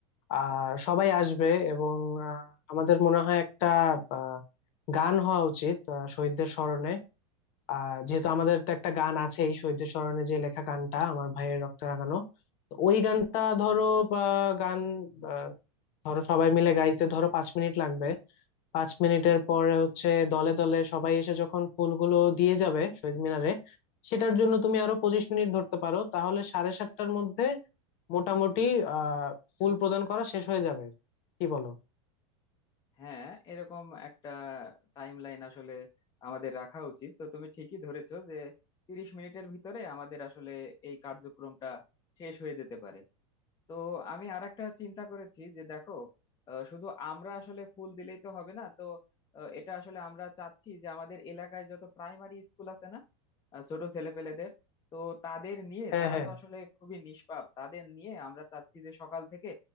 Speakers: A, on the left; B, on the left.
A: আহ সবাই আসবে এবং আহ, আমাদের মনে হয় একটা আহ, গান হওয়া উচিত আহ, শহীদদের স্মরণে আহ যেহেতু আমাদের তো একটা গান আছেই শহীদদের স্মরণে যে লেখা গানটা আমার ভাইয়ের রক্তে রাঙানো তো ওই গানটা ধরো বা গান আহ, ধরো সবাই মিলে গাইতে ধরো পাঁচ মিনিট লাগবে পাঁচ মিনিটের পরে হচ্ছে দলে দলে সবাই এসে যখন ফুলগুলো দিয়ে যাবে শহীদ মিনারে সেটার জন্য তুমি আরো পঁচিশ মিনিট ধরতে পারো তাহলে সাড়ে সাতটার মধ্যে মোটামুটি আহ ফুল প্রদান করা শেষ হয়ে যাবে কি বলো
B: হ্যাঁ এরকম একটা টাইম লাইন আসলে আমাদের রাখা উচিত তো তুমি ঠিকই ধরেছো যে তিরিশ মিনিটের ভিতরে আমাদের আসলে এই কার্যক্রমটা শেষ হয়ে যেতে পারে তো আমি আরেকটা চিন্তা করেছি যে দেখো আহ, শুধু আমরা আসলে ফুল দিলেই তো হবে না তো আহ, এটা আসলে আমরা চাচ্ছি যে আমাদের এলাকায় যত প্রাইমারি স্কুল আছে না আহ, ছোট ছেলেপেলেদের তো তাদের নিয়ে
A: হ্যাঁ
B: তারা
A: হ্যাঁ
B: তো আসলে খুবই নিষ্পাপ তাদের নিয়ে আমরা চাচ্ছি যে সকাল থেকে